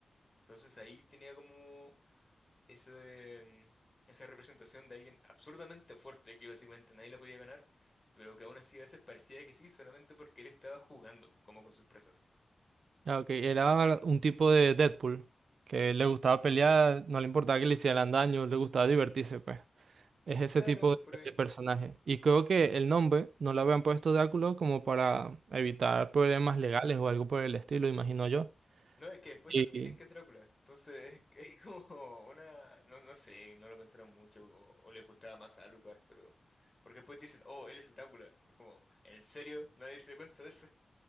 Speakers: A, on the left; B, on the right.
A: Entonces ahí tenía como ese, mm, esa representación de alguien absurdamente fuerte que básicamente nadie la podía ganar, pero que aún así a veces parecía que sí solamente porque él estaba jugando como con sus presas.
B: Ah, ok, Era un tipo de Deadpool que le gustaba pelear, no le importaba que le hicieran daño, le gustaba divertirse, pues. Es ese
A: Claro,
B: tipo de,
A: por ahí.
B: de personaje. Y creo que el nombre no lo habían puesto Drácula como para evitar problemas legales o algo por el estilo, imagino yo.
A: No, es que después
B: Y
A: admiten que es Drácula. Entonces <laughs> es, que es como una... No, no sé, no lo pensaron mucho o, o le gustaba más a Alucard, pero... Porque después dicen, oh, él es Drácula. Es como, ¿en serio? Nadie se da cuenta de eso.